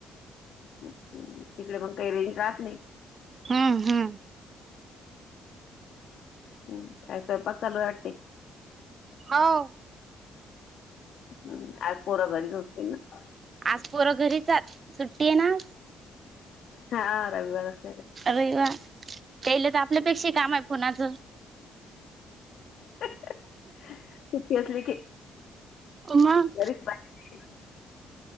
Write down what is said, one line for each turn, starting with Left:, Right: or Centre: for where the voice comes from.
Left: तिकडे मग काही रेली जहात नाही.
Right: हम हम
Left: हम्म काय स्वयंपाक चालू आहे वाटते.
Right: होव.
Left: हम् आज पोर घरीच असतील ना.
Right: आज पोर घरीच आहेत सुट्टी आहे ना.
Left: हा रविवार अस
Right: अरवि वा त्याल तर आपल्यापेक्षा काम आहे फोनाचं.
Left: सुट्टी असली की
Right: मग
Left: बरीच <unintelligible>